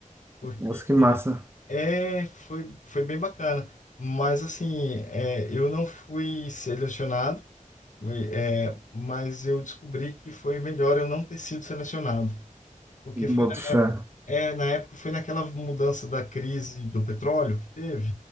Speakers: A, on the left; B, on the right.
A: porque
B: nossa, que massa.
A: É, foi, foi bem bacana. Mas assim, é, eu não fui selecionado, e, é, mas eu descobri que foi melhor eu não ter sido selecionado. Porque foi
B: Boto
A: na
B: fé.
A: época, é, na época foi naquela mudança da crise do petróleo que teve.